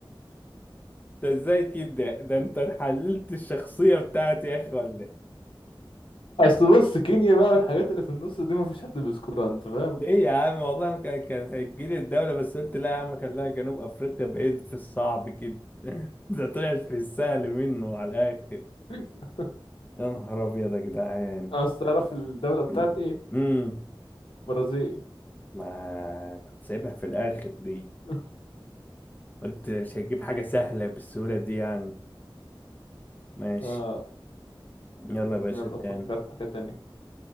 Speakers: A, on the left (about 20°); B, on the left (about 75°).
A: انت ازاي كده ده انت حللت الشخصية بتاعتي يا اخي ولا إيه؟
B: اصل
A: <laughs>
B: بص كينيا بقى والحاجات اللي في النص دي ما فيش حد بيذكرها انت فاهم
A: ليه يا عم والله أنا كان كان هيجيلي الدولة بس قلت لا يا عم خليها جنوب أفريقيا بعيد في الصعب كده <laughs> ده طلعت في السهل منه على الآخر
B: <laughs>
A: يا نهار أبيض يا جدعان
B: اصل تعرف الدولة بتاعتي
A: <clears throat>
B: ايه
A: امم
B: برازيل
A: ما كنت سايبها في الآخر دي
B: <laughs>
A: قلت مش هجيب حاجة سهلة بالسهولة دي يعني ماشي
B: اه
A: يلا يا باشا
B: يلا
A: تاني
B: افكر في حاجة تانية